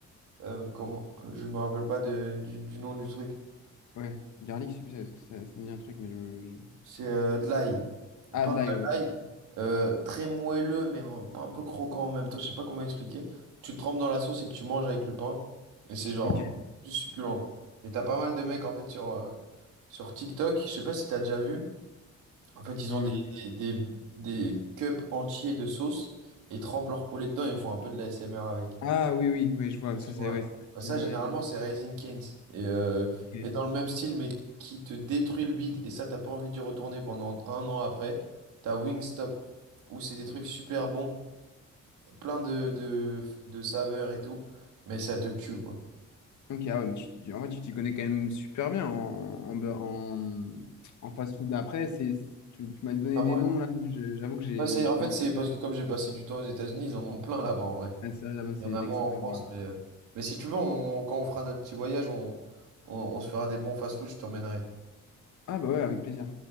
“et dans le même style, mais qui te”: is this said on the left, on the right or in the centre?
Right